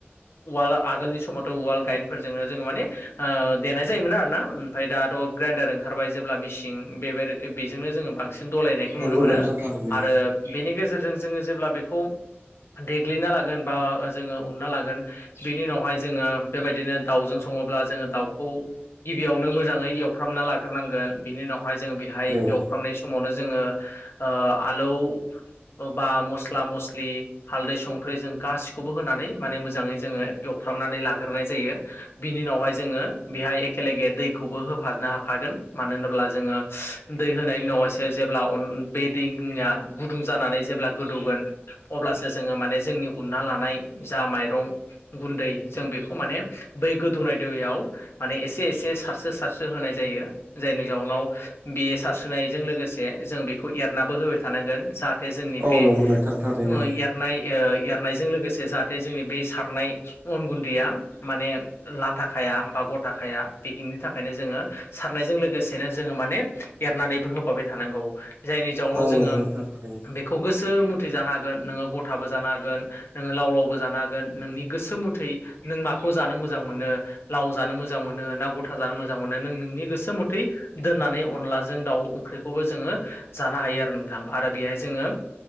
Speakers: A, on the left; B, on the right.
A: वाल आगोलनि समावथ' वाल गायनफोरजोंनो जोङो माने ओ देनाय जायोमोन आर ना। ओमफ्राय दाथ' ग्राइन्डार ओंखारबाय जेब्ला मिसिन बेबाय बेजोंनो जोङो बांसिन दलायनायखौ
B: नंगौ
A: नुनो मोनो।
B: नोंथां थारैनो
A: बेनि गेजेरजों जोङो जेब्ला बेखौ देग्लिना लागोन बा जोङो उनना लागोन। बिनि उनावहाय जोङो बेबायदिनो दाउजों सङोब्ला जोङो दाउखौ गिबियावनो मोजाङै एवफ्रामना लाग्रोनांगोन बिनि उनाव हाय जों बेहाय
B: थारैनो
A: एवफ्रामनाय समावनो जोङो ओ आलौ अबा मस्ला मस्लि हालदै संख्रै जों गासिखौबो होनानै माने मोजाङै जोङो एवफ्रामनानै लाग्रोनाय जायो। बिनि उनावहाय जोङो बेहाय एखेेलगे दैखौबो होफानो हाखागोन मानो होनोब्ला जोङो दै होनायनि उनावहायसो जेब्ला बे दैया गुदुं जानानै जेब्ला गोदौगोन अब्लासो जोङो माने जोंनि उन्ना लानाय जा माइरं गुन्दै जों बेखौ माने बै गोदौनाय दैयाव माने एसे-एसे सारस्रो-सारस्रो होनाय जायो। जायनि जाउनाव बे सारस्रिनायजों लोगोसे जों बेखौ एरनाबो होबाय थानांगोन जाहा थे जोंनि
B: औ
A: बे
B: नंगौ नोंथां थारैनो
A: ओ एरनाय ओ एरनायजों लोगोसे जाहाथे जोंनि बे सारनाय अन गुन्दैया माने लाथाखाया बा गथाखाया पिकिंनिथाखायनो जोङो सारनायजों लोगोसेनो जोङो माने एरनानैबो होफाबाय थानांगौ जायनि जाउनाव
B: औ
A: जोङो
B: नंगौ नोंथां थारैनो
A: बे खौ गोसो मुथै जानो हागोन नोङो गथाबो जानो हागोन नोङो लाव-लावबो जानो हागोन नोंनि गोसो मुथै नों माखौ जानो मोजां मोनो लाव जानो मोजां मोनो ना गथा जानो मोजां मोनो नों नोंनि गोसो मथै दोननानै अनलाजों दाउ ओंख्रिखौबो जोङो जानो हायो आरो नोंथां आरो बेहाय जोङो